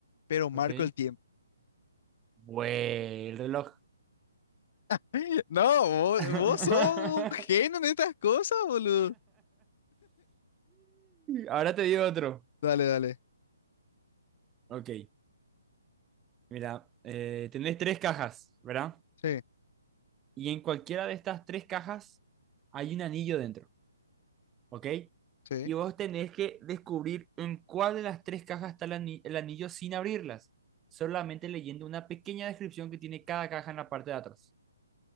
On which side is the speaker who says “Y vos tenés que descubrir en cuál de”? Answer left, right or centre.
Right